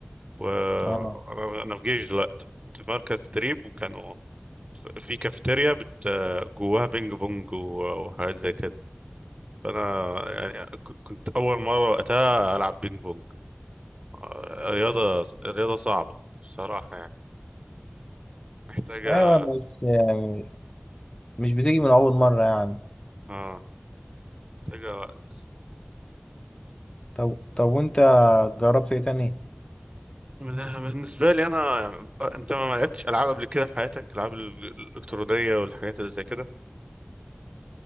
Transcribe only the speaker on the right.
وانا
انا في جيش دلوقتي كنت في مركز تدريب وكانوا ف- في كافيتيريا بت جواها بينج بونج و- وحاجات زي كده فانا يعني ك- كنت اول مره وقتها العب بينج بونج آه، رياضه رياضه صعبه الصراحه يعني محتاجه
اه محتاجه وقت
من- بالنسبه لي انا يعني انت ما لعبتش العاب قبل كده في حياتك العاب ال- الالكترونيه والحاجات اللي زي كده